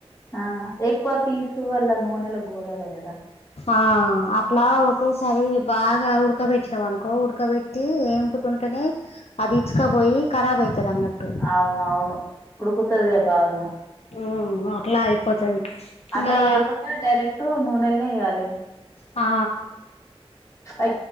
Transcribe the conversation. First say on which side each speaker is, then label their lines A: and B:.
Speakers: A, on the left; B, on the left.
A: ఆ ఎక్కువ పీసు అల్లా నూనెలో గోలాలే కదా
B: ఆ అట్లా ఒక్కొక్కసారి బాగా ఉడకబెట్టినాం అనుకో ఉడకబెట్టి ఏం ఉడుకుతుంటేనే అది ఇచ్చుకపోయి కరాబ్ అయితది అన్నట్టు
A: అవును అవును ఉడుకుతది కదా బాగా
B: ఉమ్మ్ అట్లా అయిపోతది ఇంగా
A: అట్లా ఏయకుండా డైరెక్ట్ నూనెలనే ఏయ్యాలి
B: ఆ
A: ఐ